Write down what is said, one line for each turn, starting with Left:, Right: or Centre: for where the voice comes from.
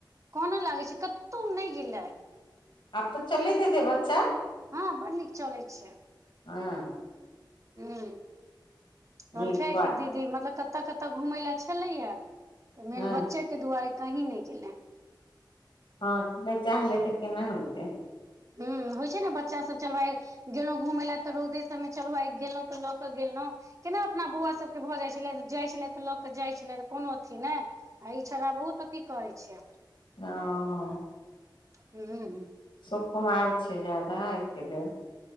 Right: कानअ लागै छै कतहु नइ गेलै
Left: आब त चलैत हेतै बच्चा
Right: हँ बड नीक चलै छै
Left: हँ
Right: हूं
Left: नीक
Right: मलकाय
Left: बात
Right: के दीदी मतलब कत कतऽ घुमय ला छलैआ तऽ मेन
Left: हँ
Right: बच्चे के दुआरे कहीं नइ गेलै दि
Left: हँ त नइ चाहलै तऽ केना होइतै
Right: हूं होइ छै न बच्चा सब चलबाय गेलहुँ घूमय ला तऽ रौदे सबमे चलू आइ गेलहुं तऽ लऽ के गेलौं केना अपना बौआ सबके भऽ जाइ छला जाइ छलै तऽ लऽ कऽ जाइ छलै कोनो अथी नइ आ ई छोड़ा बहुत अथी करै छै
Left: हँ ओ
Right: हुँ
Left: सुकमार छै जादा एहिके लेल